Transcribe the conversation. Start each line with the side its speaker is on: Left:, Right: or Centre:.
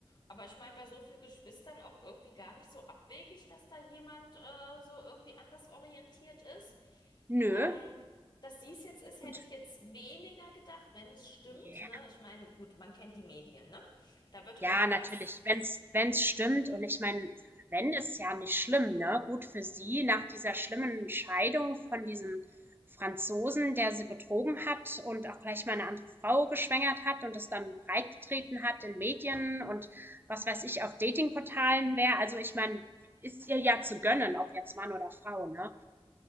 Left: Aber ich meine, bei so vielen Geschwistern auch irgendwie gar nicht so abwegig, dass da jemand äh, so irgendwie anders orientiert ist.
Right: Nö.
Left: Ähm, dass dies jetzt ist, hätte
Right: Gut.
Left: ich jetzt weniger gedacht, wenn es stimmt,
Right: Ja.
Left: ne? Ich meine, gut, man kennt die Medien, ne? Da wird irgendwas
Right: Ja, natürlich, wenn's wenn's stimmt und ich meine, wenn ist ja nicht schlimm, ne? Gut für sie nach dieser schlimmen Scheidung von diesem Franzosen, der sie betrogen hat und auch gleich mal eine andere Frau geschwängert hat und das dann breitgetreten hat in Medien und was weiß ich, auf Datingportalen wäre. Also, ich meine, ist ihr ja zu gönnen, ob jetzt Mann oder Frau, ne?